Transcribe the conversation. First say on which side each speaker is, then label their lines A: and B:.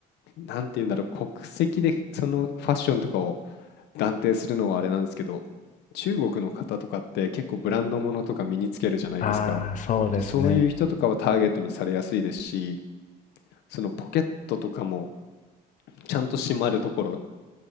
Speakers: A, on the left; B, on the left.
A: なんて言うんだろう、国籍でそのファッションとかを断定するのはあれなんですけど、中国の方とかって結構ブランド物とか身につけるじゃないですか。
B: あー、そうですね。
A: そういう人とかはターゲットにされやすいですし、そのポケットとかもちゃんと閉まるところ、